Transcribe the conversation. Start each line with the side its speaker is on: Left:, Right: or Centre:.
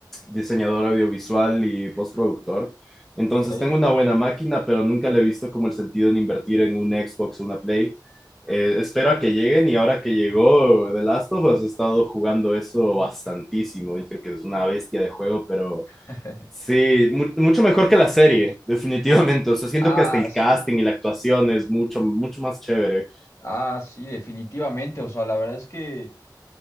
Centre: diseñador audiovisual y postproductor. Entonces
Left: Ok.
Centre: tengo una buena máquina, pero nunca le he visto como el sentido en invertir en un Xbox o una Play. Eh, espero a que lleguen y ahora que llegó The Last of Us he estado jugando eso bastantísimo. Dije que es una bestia de juego, pero
Left: <laughs>
Centre: sí, mu- mucho mejor que la serie, definitivamente. O sea, siento
Left: Ah,
Centre: que hasta el
Left: sí,
Centre: casting y la actuación es mucho, mucho más chévere.
Left: ah, sí, definitivamente. O sea, la verdad es que,